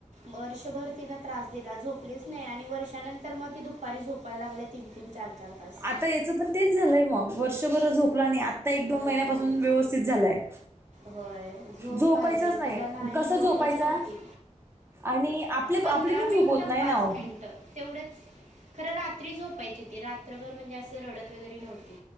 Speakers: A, on the right; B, on the right.
A: वर्षभर तिन त्रास तिला झोपलीच नाही आणि वर्षानंतर मग ती दुपारी झोपायला लागली तीन तीन चार चार तास.
B: आता याचं पण तेच झालंय मग वर्षभर झोपला नाही आता एक दोन
A: झोपला
B: महिन्यापासून
A: नाही
B: व्यवस्थित झालाय.
A: होय झोप
B: झोपायचाच
A: पाहिजे तिला नाही
B: कसं
A: झोपच
B: झोपायचा
A: नव्हती.
B: आणि आपले
A: पंधरा
B: आपली पण
A: मिनट
B: झोप होत नाही
A: पाच
B: ना हो
A: मिनट. तेवढंच, खरं रात्री झोपायची ती रात्रभर म्हणजे असं रडत वगैरे नव्हती.